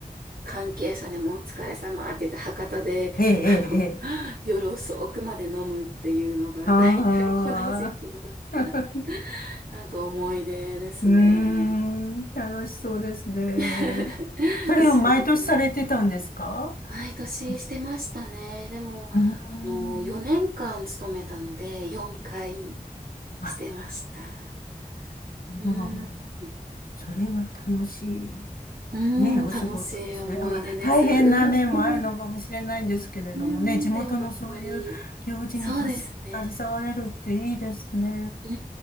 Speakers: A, on the right; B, on the left.
A: 関係者でもお疲れ様って言って博多で、
B: ええ、ええ、
A: あの、
B: ええ、
A: 夜遅くまで飲むっていうのが、
B: あ
A: だいたいこの時期の
B: あ、<laughs>
A: <laughs> なんか思い出ですね。
B: うーん、楽しそうですね。
A: <laughs>
B: それを毎年されてたんですか
A: すごく。毎年してましたね。
B: そう、
A: でも、
B: うーん、
A: あの、4年間勤めたので、4回
B: あ、
A: してました。うん。
B: まあ、それは楽しい。
A: うん、
B: ね、お仕事ですね。
A: 楽しい思い出です。
B: まあ、大変な面もあるのかもしれないんですけれどもね、
A: うん。うん、
B: 地元のそういう行事にたす携われるっていいですね。
A: でもやっぱり、そうですね。う